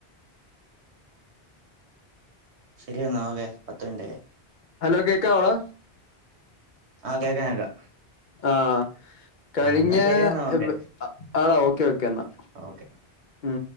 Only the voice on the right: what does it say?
ശരിയെന്നാ ഓകെ പത്ത് മിനിറ്റായി
ആഹ് കേക്കാ കേക്കാ
എന്നാ ശരിയെന്നാ ഓക്കെ
ഓക്കെ